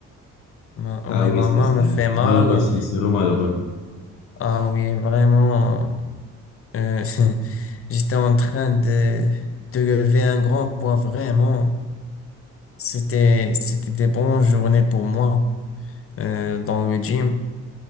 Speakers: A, on the left (about 45°); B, on the left (about 80°).
A: Ma- oui,
B: Ah oui,
A: ma
B: c'est
A: main
B: c'est
A: me fait mal.
B: malheureux, c'est c'est vraiment malheureux.
A: Ah oui, vraiment. Euh, <laughs> j'étais en train de, de lever un grand poids, vraiment. C'était, c'était des bonnes journées pour moi euh, dans le gym.